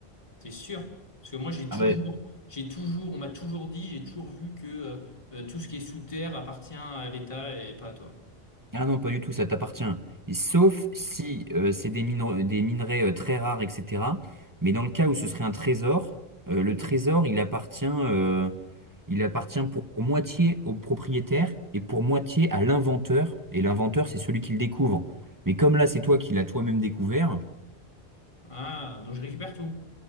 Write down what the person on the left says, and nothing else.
T'es sûr? Parce que moi, j'ai toujours,
j'ai toujours, on m'a toujours dit, j'ai toujours vu que euh, euh, tout ce qui est sous terre appartient à l'État et pas à toi.
Ah, donc je récupère tout.